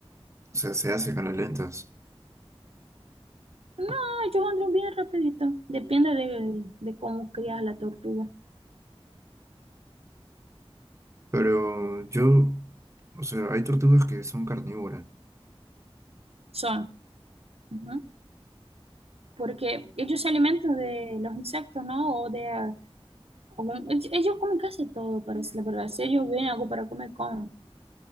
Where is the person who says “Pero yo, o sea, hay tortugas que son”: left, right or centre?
Right